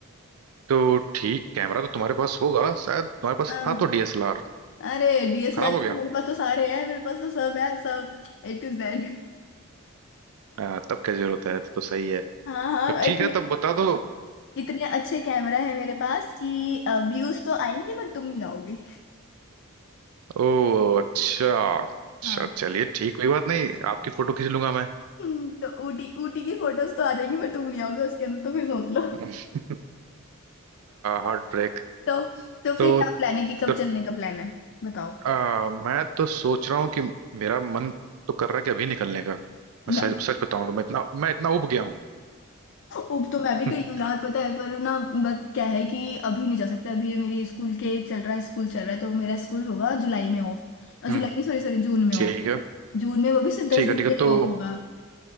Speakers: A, on the right (about 70°); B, on the left (about 60°).
A: तो ठीक कैमरा तो तुम्हारे पास होगा शायद तुम्हारे पास
B: हाँ
A: था तो डीएसएलआर
B: अरे डीएसएलआर
A: खराब हो गया
B: मेरे पास तो सारे हैं मेरे पास तो सब है सब ए टू जेड
A: हाँ, तब क्या जरूरत है तो सही है
B: हाँ हाँ
A: तब ठीक
B: इतने
A: है तब बता दो
B: इतने अच्छे कैमरा है मेरे पास कि व्यूज तो आएंगे बट तुम नहीं आओगे
A: ओ अच्छा अच्छा
B: हाँ
A: चलिए ठीक कोई बात नहीं आपकी फोटो खींच लूंगा मैं
B: हम्म, तो ऊटी ऊटी की फोटोज तो आ जाएंगी पर तुम नहीं आओगे उसके अंदर तो फिर सोच लो
A: <laughs> Heart break
B: तो तो
A: तो,
B: फिर क्या प्लान है कि कब
A: तो
B: चलने का प्लान है बताओ
A: आ, मैं तो सोच रहा हूँ कि मेरा मन तो कर रहा है कि अभी निकलने का
B: ना
A: मैं सच सच बताऊं तो मैं इतना मैं इतना उब गया हूँ
B: उप तो मैं भी गई
A: <laughs>
B: हूँ यार पता है पर ना बट क्या है कि अभी नहीं जा सकता अभी ये मेरे स्कूल के चल रहा है स्कूल चल रहा है तो मेरा स्कूल होगा जुलाई में ऑफ
A: हम्म
B: जुलाई नहीं सॉरी सॉरी जून में
A: ठीक
B: ऑफ
A: है
B: जून में वो भी सिर्फ दस
A: ठीक
B: दिन
A: है ठीक
B: के
A: है
B: लिए
A: तो
B: ऑफ होगा